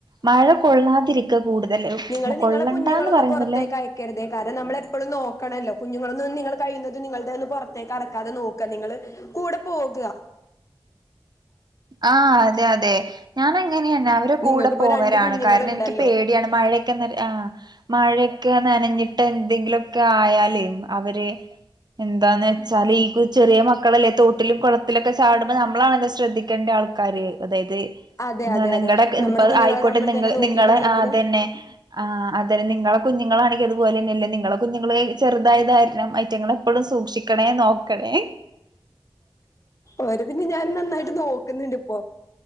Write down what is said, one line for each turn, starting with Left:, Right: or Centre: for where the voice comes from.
Right: മഴ കൊള്ളാതിരിക്ക കൂടുതല്
Left: നിങ്ങള്ൾ നിങ്ങളെ
Right: കൊള്ളണ്ടാന്ന്
Left: കുഞ്ഞുങ്ങളൊന്നും
Right: പറയുന്നില്ല
Left: പുറത്തേക്ക് അയക്കരുതേ കാരണം നമ്മൾ എപ്പോഴും നോക്കണല്ലോ കുഞ്ഞുങ്ങളൊന്ന നിങ്ങ കഴിയുന്നത് നിങ്ങളുടെ ഒന്ന് പുറത്തേക്ക് അടക്കാതെ നോക്കുക നിങ്ങള് കൂടെ പോകുക
Right: ആ അതെ അതെ ഞാാന അങ്ങനെയന്നെ അവരെ കൂടെ
Left: നിങ്ങൾക്കിപ്പോ
Right: പോവരാണ്
Left: രണ്ട് കുഞ്ഞുങ്ങളുണ്ടല്ലോ
Right: കാരണം എനിക്ക് പേടിയാണ് മഴയൊക്കെ ആ മഴ നനഞ്ഞിട്ട് എന്തെങ്കിലുമൊക്കെ ആയാലും അവര് എന്താന്ന് വെച്ചാൽ ഈ ചെറിയ മക്കളല്ലേ തോട്ടിലും കുളത്തിലൊക്കെ ചാടുമ്പോൾ നമ്മളാണല്ലോ ശ്രദ്ധിക്കേണ്ട ആൾക്കാര് അതായത്
Left: അതെ അതെ
Right: നിങ്ങടെ
Left: അതെ നമ്മുടെ
Right: ഇപ്പൊ
Left: കുഞ്ഞുങ്ങളെ
Right: ആയിക്കോട്ടെ
Left: നമ്മൾ
Right: നി നിങ്ങളെ
Left: തന്നെ നോക്കിയിട്ടില്ലെങ്കില്
Right: നിങ്ങടെ ആ അത് തന്നെ ആ അതം നിങ്ങളെ കുഞ്ഞുങ്ങളാണെങ്ക അതുപല തന്നെല്ല നിങ്ങളെ കുഞ്ഞുങ്ങള്ൾ ചെറുതായ കാരണം ഐറ്റങ്ങൾ എപ്പോഴും സൂക്ഷിക്കണേ നോക്കണേ
Left: ഓരെപിന്നെ ഞാനും നന്നായിട്ട് നോക്കുന്ന്ണ്ട് പ്പോ